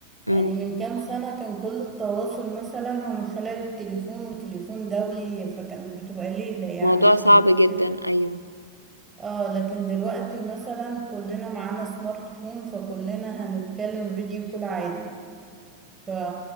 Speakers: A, on the left; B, on the right.
A: امم
B: يعني من كام سنة كان كل التواصل مثلا هو من خلال التليفون وتليفون دولي فكانت بتبقى ليلة يعني
A: موضوع
B: عشان
A: صعب
B: يكلموا
A: جدا ايوه
B: اه لكن دلوقتي مثلا كلنا معانا سمارت فون فكلنا هنتكلم فيديو كول عادي ف